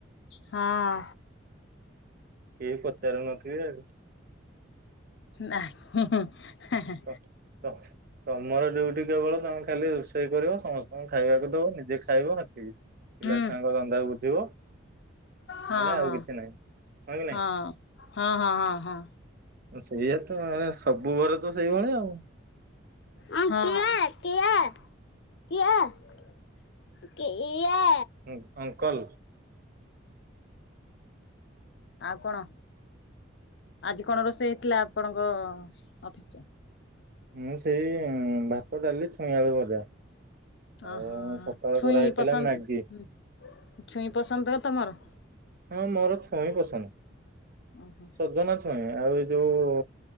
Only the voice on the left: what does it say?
ହଁ।
ନା ହୁଁ ହୁଁ ହା ହା।
ହୁଁ
ହଁ
ହଁ
ହଁ ହଁ ହଁ ହଁ ହଁ।
ହଁ କିଏ କିଏ କିଏ କିଏ କିଇଏ।
ଆଉ କଣ ଆଜି କଣ ରୋଷେଇ ହେଇଥିଲା ଆପଣଙ୍କ ଅଫିସିରେ?
ଅଁ ହଁ
ଛୁଇଁ
ପସନ୍ଦ
ହୁଁ। ଛୁଇଁ ପସନ୍ଦର ତମର।
ଓହୋ